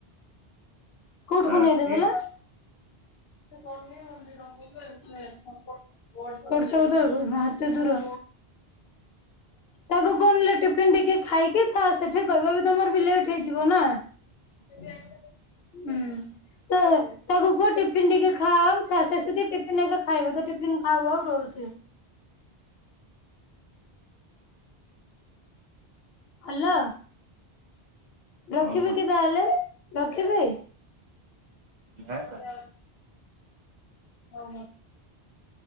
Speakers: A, on the left; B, on the right.
A: କୋଉଠୁକୁ
B: ହଁ
A: ନେଇଦେବେ
B: କି
A: ଲା? ସେ ଶନି ମନ୍ଦିର <inaudible> <unintelligible> ଏତେ ଦୂର! ତାକୁ କଣଲେ ଟିଫିନ୍ ଟିକେ ଖାଇକି ଥା ସେଠି କହିବ। ବି ତମର ଲେଟ୍ ହେଇଯିବ ନା! ହୁଁ। ତ, ତାକୁ କୁହ ଟିଫିନ୍ ଟିକେ ଖା-ଆ-ଉଥା। ସେ ସେଠି ଟିଫିନ୍ ହେକା ଖାଇବ। ଟିଫିନ୍ ଖାଉ ଆଉ ରହୁ ସେ। <inaudible> ହଲ! ରଖିବି
B: ହଁ
A: କି ତାହେଲେ, ରଖିବି।
B: ନା
A: ଆଜ୍ଞା।
B: ନା
A: ଟା,